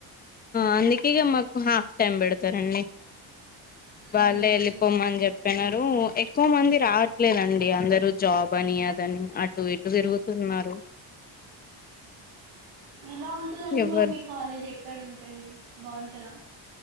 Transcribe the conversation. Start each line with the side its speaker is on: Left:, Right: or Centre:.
Left: అందుకేగా మాకు హాఫ్ టైమ్ పెడతారండి వలే
Right: అవునా
Left: వెళ్ళిపోంమ
Right: అండి
Left: అని చెప్ప నారు ఎక్కువ మంది రావట్లేదండి అందరుూ జాబ్ అని అదని అటు ఇటు తిరుగుతున్నారు
Right: ఎలా ఉంటదండి
Left: ఎవరు
Right: మరి మీకు కాలేజ్ ఎక్కడ ఉంటుంది బావుంటదా